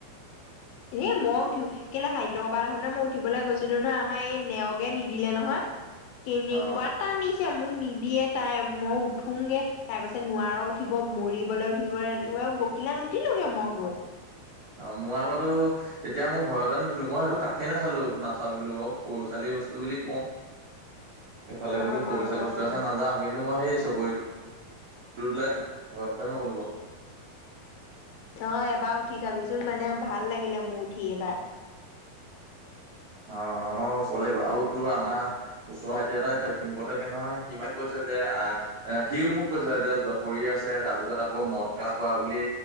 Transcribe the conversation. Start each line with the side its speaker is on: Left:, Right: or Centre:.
Left: এ, মই উঠি কেলে সাহিত্য সভাৰ <unintelligible> মই উঠিবলে গৈছিলোঁ নহয়, আমাৰ এই নেওগে নিদিলে নহয়। কেনেকুৱা
Right: অ'।
Left: টানিছে মোক, নিদিয়ে তাই। মই উঠোংগে। তাই কৈছে, নোৱাৰ উঠিব মৰিবলৈ উঠিব এনেকুৱা বকিলে নুঠিলোগে মই গৈ।
Right: অ' মোৰ আগতো তেতিয়া মোৰ ভয়তে নুঠিলোঁ, মই সেইটো কাষেই নাচালো নাচাপিলো বাৰু! সৰু লৰা-ছোৱালী বস্তু বুলি কওঁ। সেইফালে বোলো
Left: অ
Right: সৰু
Left: অ
Right: লৰা-ছোৱালী বস্তু
Left: অ।
Right: আছে, নাযাওঁ। কিন্তু মই সেই চকৰিটোলে ভয়তে নগ'লোঁ বাও।
Left: নহয়, এবাৰ উঠি চাবিচোন? মানে ভাল লাগিলে মোৰ উঠি এইবাৰ।
Right: অ' অ', <unintelligible> তোৰ আমাৰ ওচৰৰ ভাইটি এটাই <unintelligible> সি মোক কৈছে যে আহ, এ, সিওঁ মোক কৈছিলে যে জপৰি আছে। তাৰ পিছত আকৌ মদকা খোৱা বুলি